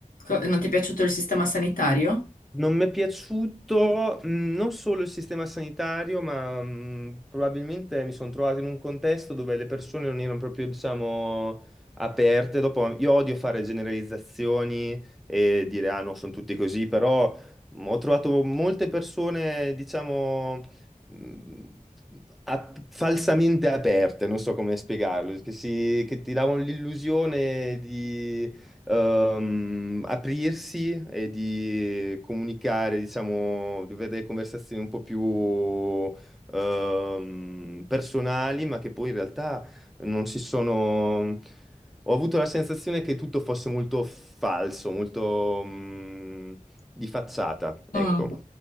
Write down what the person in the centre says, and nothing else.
Non mi è piaciuto mh, non solo il sistema sanitario, ma mh, probabilmente mi sono trovato in un contesto dove le persone non erano proprio, diciamo, aperte. Dopo, io odio fare generalizzazioni e dire, ah no, sono tutti così, però mh, ho trovato molte persone, diciamo, mh, ap- falsamente aperte, non so come spiegarlo, che, si- che ti davano l'illusione di ehm, aprirsi e di comunicare, diciamo, di avere delle conversazioni un po' più ehm, personali, ma che poi in realtà non si sono... Ho avuto la sensazione che tutto fosse molto falso, molto mm, di facciata, ecco.